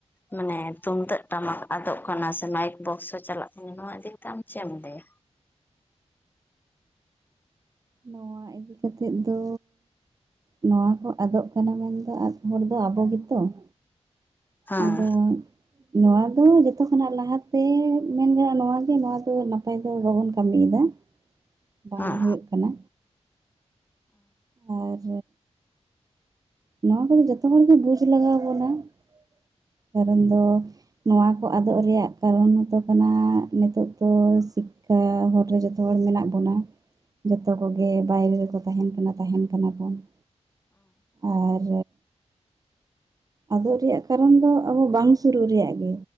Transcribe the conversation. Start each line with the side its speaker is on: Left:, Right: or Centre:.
Left: ᱢᱟᱱᱮ ᱛᱩᱢᱫᱟᱜ ᱴᱟᱢᱟᱠ ᱟᱫᱚᱜ ᱠᱟᱱᱟ, ᱥᱮ ᱢᱟᱭᱤᱠ ᱵᱚᱠᱥ ᱦᱚᱸ ᱪᱟᱞᱟᱜ ᱠᱟᱱᱟ ᱾ ᱱᱚᱣᱟ ᱤᱫᱤᱠᱟᱛᱮ ᱟᱢ ᱪᱮᱫ ᱮᱢ ᱞᱟᱹᱭᱟ?
Right: ᱱᱚᱣᱟ ᱤᱫᱤ ᱠᱟᱛᱮᱫ ᱫᱚ ᱱᱚᱣᱟ ᱠᱚ ᱟᱫᱚᱜ ᱠᱟᱱᱟ ᱢᱮᱱᱫᱚ, ᱟᱫᱽ ᱦᱚᱲ ᱫᱚ ᱟᱵᱚ ᱜᱮᱛᱚ ᱾
Left: ᱦᱮᱸ ᱦᱮᱸ
Right: ᱟᱫᱚ ᱱᱚᱣᱟ ᱫᱚ ᱡᱚᱛᱚ ᱠᱷᱚᱱᱟᱜ ᱞᱟᱦᱟᱛᱮ ᱢᱮᱱ ᱜᱟᱱᱚᱜᱼᱟ, ᱱᱚᱣᱟ ᱜᱮ ᱱᱚᱣᱟ ᱫᱚ ᱱᱟᱯᱟᱭ ᱫᱚ ᱵᱟᱵᱚᱱ ᱠᱟᱹᱢᱤᱭᱫᱟ ᱾ ᱵᱟᱝ
Left: ᱦᱮᱸ ᱦᱮᱸ
Right: ᱦᱩᱭᱩᱜ ᱠᱟᱱᱟ ᱟᱨ ᱱᱚᱣᱟ ᱠᱚᱫᱚ ᱡᱚᱛᱚ ᱦᱚᱲᱜᱮ ᱵᱩᱡᱽ ᱞᱟᱜᱟᱣ ᱵᱚᱱᱟ ᱾ ᱠᱟᱨᱚᱱ ᱫᱚ ᱱᱚᱣᱟ ᱠᱚ ᱟᱫᱚᱜ ᱨᱮᱭᱟᱜ ᱠᱟᱨᱚᱱ ᱦᱚᱛᱚ ᱠᱟᱱᱟ, ᱱᱤᱛᱚᱜ ᱫᱚ ᱥᱤᱠᱱᱟᱹᱛ ᱛᱚ ᱦᱚᱨ ᱨᱮ ᱡᱚᱛᱚ ᱦᱚᱲ ᱢᱮᱱᱟᱜ ᱵᱚᱱᱟ ᱾ ᱡᱚᱛᱚ ᱠᱚᱜᱮ ᱵᱟᱭᱨᱮ ᱨᱮᱠᱚ ᱛᱟᱦᱮᱱ ᱠᱟᱱᱟ, ᱛᱟᱦᱮᱱ ᱠᱟᱱᱟ ᱵᱚᱱ ᱾ ᱟᱨ ᱟᱫᱚᱜ ᱨᱮᱭᱟᱜ ᱠᱟᱨᱚᱱ ᱫᱚ, ᱟᱵᱚ ᱵᱟᱝ ᱥᱩᱨᱩᱜ ᱨᱮᱭᱟᱜ ᱜᱮ